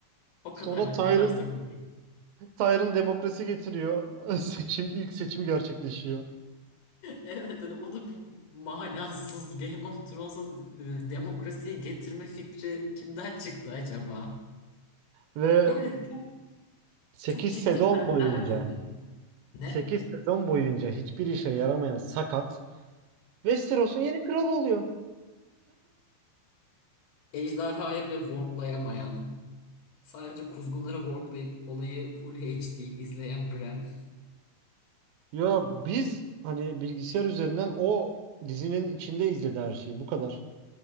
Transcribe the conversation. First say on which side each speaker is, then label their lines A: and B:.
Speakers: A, on the left (about 75°); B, on the right (about 75°).
A: O kadarla
B: Sonra Tyrion,
A: kurtarsak olur.
B: Tyrion demokrasi getiriyor. <laughs> Seçim, ilk seçim gerçekleşiyor.
A: Evet hani o da bir manasız Game of Thrones'a e, demokrasiyi getirme fikri kimden çıktı acaba?
B: Ve
A: Yani çok
B: 8
A: çok ciddi
B: sezon
A: karakterler
B: boyunca
A: de ölmedi. Ne?
B: 8 sezon boyunca hiçbir işe yaramayan sakat Westeros'un yeni kralı oluyor.
A: Ejderhaya bile worklayamayan, sadece kuzgunları worklayıp olayı full HD izleyen Bran. <laughs>
B: Ya biz hani bilgisayar üzerinden o dizinin içinde izledi her şeyi. Bu kadar.